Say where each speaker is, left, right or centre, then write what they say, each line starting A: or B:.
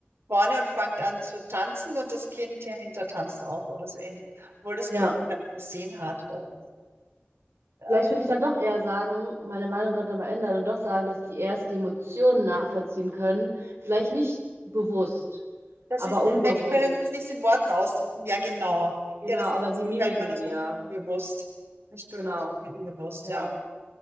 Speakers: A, on the right; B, on the right.
A: vorne und fängt an zu tanzen und das Kind dahinter tanzt auch oder so ähnlich, obwohl das
B: Ja,
A: Kind gar nicht gesehen hat. Und, äh,
B: vielleicht würde ich dann doch eher sagen, meine Meinung gerade mal ändern und doch sagen, dass die erst die Emotionen nachvollziehen können. Vielleicht nicht bewusst,
A: das
B: aber
A: ist, vielleicht
B: unbewusst.
A: können Sie es nicht in Worten ausdrücken. Ja, genau.
B: Genau,
A: Ja, das
B: aber
A: ist
B: sie
A: gefällt
B: mimiken
A: mir das
B: die ja.
A: unbewusst. Nicht bewusst,
B: Genau,
A: unbewusst,
B: ja.
A: ja.